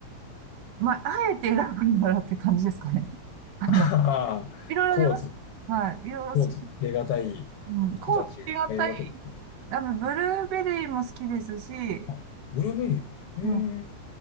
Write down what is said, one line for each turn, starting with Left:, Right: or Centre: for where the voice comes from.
Right: まあ、あえて選ぶならって感じですかね。<laughs> あの、
Left: <laughs> ああ、
Right: いろいろあります。
Left: コーツ、
Right: はい。いろいろ好き。
Left: コーツつけがたい子たちがいっぱいいるわけです。
Right: うん。コーツ気がたい。あの、ブルーベリーも好きですし、
Left: あ、ブルーベリー。へえ。
Right: うん。